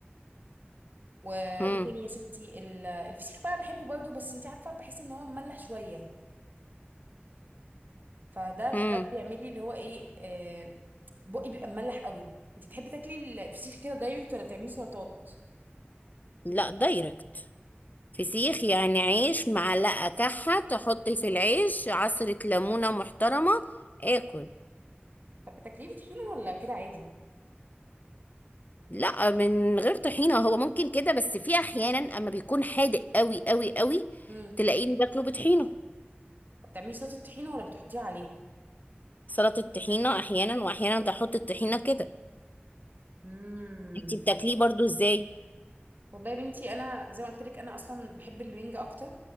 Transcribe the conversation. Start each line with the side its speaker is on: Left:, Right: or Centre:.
Right: وايه
Left: امم
Right: تاني يا ستي ال- الفسيخ بقى بحبه برضه بس انت عارفه بحس ان هو مملح شويه فده
Left: امم
Right: ده بيعمل لي اللي هو ايه آه بقي بيبقى مملح قوي انت تحبي تاكلي الفسيخ كده دايركت ولا بتعملي سلطات
Left: لا دايركت فسيخ يعني عيش معلقة كحة تحطي في العيش عصرة ليمونة محترمة اكل
Right: طب بتاكليه بطحينه ولا كده عادي
Left: لا من غير طحينة هو ممكن كده بس في احيانا اما بيكون حادق قوي قوي قوي
Right: امم
Left: تلاقيه باكله بطحينة
Right: بتعملي سلطه طحينه ولا بتحطيها عليه
Left: سلطة الطحينة احيانا واحيانا بحط الطحينة كده
Right: امم
Left: انتي بتاكليه برضو ازاي
Right: والله يا بنتي انا زي ما قلت لك انا اصلا بحب الرنج اكتر